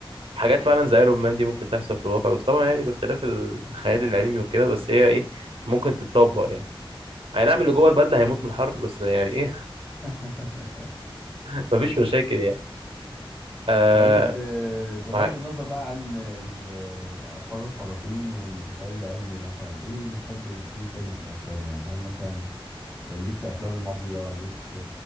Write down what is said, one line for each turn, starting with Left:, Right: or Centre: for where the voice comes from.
Right: حاجات فعلا زي ايرون مان دي ممكن تحصل في الواقع بس طبعا يعني باختلاف الخيال العلمي وكده بس هي ايه ممكن تتطبق يعني اي نعم اللي جوه البدله هيموت من الحر بس يعني ايه
Centre: <laughs>
Right: <laughs> مفيش مشاكل يعني آه
Centre: طيب ايوه آه، بغض
Right: معاك
Centre: النظر بقى عن الابطال الخارقين والخيال العلمي مثلا ايه بتحب ايه تاني في الافلام يعني هل مثلا آه، ليك في افلام المافيا ليك في